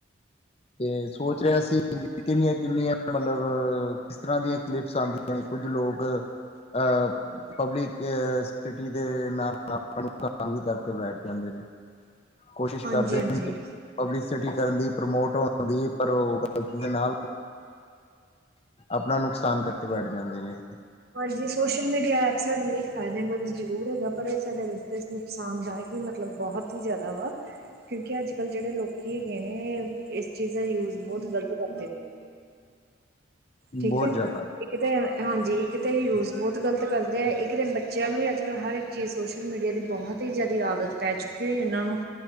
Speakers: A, on the left; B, on the right.
A: ਤੇ ਸੋਚ ਰਿਹਾ ਸੀ ਕਿੰਨੀਆਂ ਕਿੰਨੀਆਂ ਮਤਲਬ ਕਿਸ ਤਰ੍ਹਾਂ ਦੀਆਂ ਕਲਿਪਸ ਆਂਦੀਆਂ, ਕੁੱਝ ਲੋਕ ਅ ਪਬਲਿਕ ਸਿਟੀ ਦੇ ਨਾਲ ਆਪਣੇ ਨੂੰ <unintelligible> ਵੀ ਕਰਕੇ ਬੈਠ ਜਾਂਦੇ ਨੇ ਕੋਸ਼ਿਸ਼
B: ਹਾਂਜੀ,
A: ਕਰਦੇ
B: ਹਾਂਜੀ।
A: ਨੇ ਕਿ ਪਬਲਸਿਟੀ ਕਰਨ ਦੀ ਪ੍ਰਮੋਟ ਹੋਣ ਦੀ ਪਰ ਓ ਗਲਤੀ ਦੇ ਨਾਲ ਆਪਣਾ ਨੁਕਸਾਨ ਕਰਕੇ ਬੈਠ ਜਾਂਦੇ ਨੇ।
B: ਹਾਂਜੀ ਸੋਸ਼ਲ ਮੀਡੀਆ ਐਪ ਸਾਡੇ ਲਈ ਫਾਇਦੇਮੰਦ ਜ਼ਰੂਰ ਹੈਗਾ ਪਰ ਇਹ ਸਾਡੇ ਵਾਸਤੇ ਆਸਾਨਦਾਇਕ ਵੀ ਮਤਲਬ ਬਹੁਤ ਹੀ ਜ਼ਿਆਦਾ ਵਾ ਕਿਉਂਕਿ ਅੱਜ ਕੱਲ੍ਹ ਜਿਹੜੇ ਲੋਕੀ ਹੈਗੇ ਨੇ। ਇਸ ਚੀਜ਼ ਦਾ ਯੂਜ ਬਹੁਤ ਗ਼ਲਤ ਕਰਦੇ ਪਏ ਨੇ।
A: ਬਹੁਤ
B: ਠੀਕ ਐ।
A: ਜ਼ਿਆਦਾ।
B: ਇੱਕ ਤੇ ਹਾਂਜੀ ਇੱਕ ਤੇ ਏ ਯੂਜ਼ ਬਹੁਤ ਗਲਤ ਕਰਦੇ ਆ ਇੱਕ ਤੇ ਬੱਚਿਆਂ ਨੂੰ ਵੀ ਅੱਜ ਕੱਲ੍ਹ ਹਰ ਇੱਕ ਚੀਜ਼ ਸੋਸ਼ਲ ਮੀਡੀਆ ਦੀ ਬਹੁਤ ਤੀਜ਼ਿਆ ਦੀ ਆਦਤ ਪੈ ਚੁੱਕੀ ਹੋਈ ਇਹਨਾਂ ਨੂੰ।